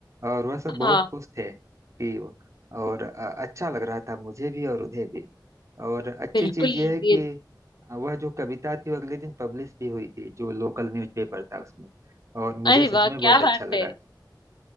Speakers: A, on the right; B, on the left.
A: और वह सब
B: <laughs>
A: बहुत
B: हाँ
A: खुश थे कि और अ, अच्छा लग रहा था मुझे भी और उन्हें भी और अच्छी
B: बिल्कुल
A: चीज यह है
B: ये
A: कि वह जो कविता थी वो अगले दिन पब्लिश भी हुई थी जो लोकल न्यूज़पेपर था उसमें और मुझे
B: अरे
A: सच
B: वाह
A: में
B: क्या
A: बहुत अच्छा
B: बात
A: लगा
B: है